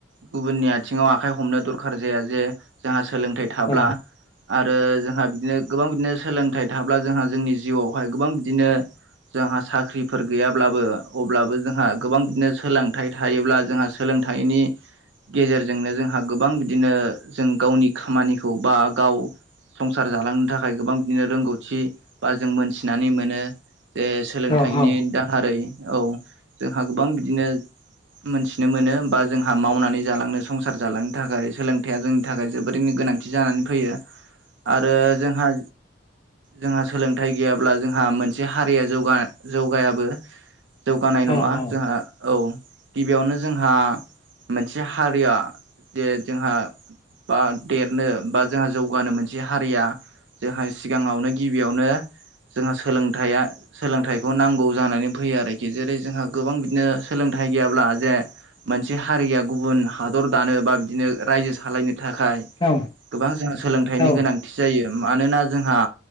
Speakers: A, on the right; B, on the left.
A: गुबुननि आथिंङाव आखाइ हमनो दरखार जाया जे जोंहा सोलोंथाइ थाब्ला
B: औ
A: आरो जोंहा बिदिनो गोबां बिदिनो सोलोंथाइ थाब्ला जोंहा जोंनि जिउआवहाय गोबां बिदिनो जोंहा साख्रिफोर गैयाब्लाबो अब ब्लाबो जोंहा गोबां बिदिनो सोलोंथाइ थायोब्ला जोंहा सोलोंथाइनि गेजेरजोंनो जोंहा गोबां बिदिनो जों गावनि खामानिखौ बा गाव संसार जालांनो थाखाय गोबां बिदिनो रोंगौथि बा जों मोनथिनानै मोनो जे सोलोंथाइनि
B: औ औ
A: दाहारै औ जोंहा गोबां बिदिनो मोनथिनो मोनो बा जोंहा मावनानै जालांनो संसार जालांनो थाखाय सोलोंथाइया जोंनि थाखाय जोबोरैनो गोनांथि जानानै फैयो। आरो जोंहा जोंहा सोलोंथाइ गैयाब्ला जोंहा मोनसे हारिया जौगा जौगायाबो जौगानाय नङा
B: औ
A: जोंहा औ गिबियावनो जोंहा मोनसे हारिया जे जोंहा बा देरनो बा जोंहा जौगानो मोनसे हारिया जोंहा सिगाङावनो गिबियावनो जोंहा सोलोंथाइ सोलोंथाइखौ नांगौ जानानै फैयो आरोखि जेरै जोंहा गोबां बिदिनो सोलोंथाइ गैयाब्ला जे मोनसे हारिया गुबुन हादर दानो बा बिदिनो रायजो सालायनो थाखाय
B: औ
A: गोबां जोंहा सोलोंथाइनि
B: औ
A: गोनांथि जायो मानोना जोंहा